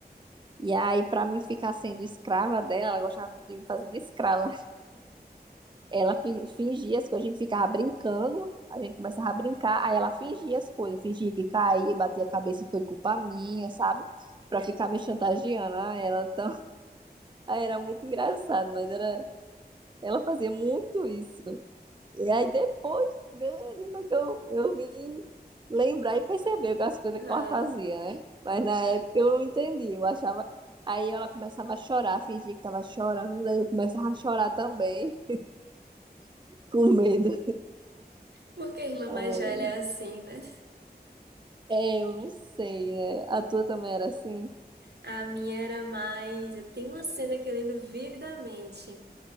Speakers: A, on the right (about 30°); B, on the right (about 80°).
A: E aí, pra mim ficar sendo escrava dela, ela gostava de me fazer de escrava. Ela fi- fingia as coisas, a gente ficava brincando, a gente começava a brincar, aí ela fingia as coisas, fingia que caía, batia a cabeça e foi culpa minha, sabe? Pra ficar me chantageando. Ah, ela tão... <laughs> Aí era muito engraçado, mas era... ela fazia muito isso. E aí depois, de grande, foi que eu, eu vim lembrar e perceber as coisas
B: Ah,
A: que ela fazia, né? Mas na época eu não entendi, eu achava. Aí ela começava a chorar, fingia que tava chorando, aí eu começava a chorar também, <laughs> com medo.
B: porque a irmã
A: Ai,
B: mais velha é assim, né?
A: É, eu não sei, né? A tua também era assim,
B: A minha era mais. Eu tenho uma cena que eu lembro vividamente.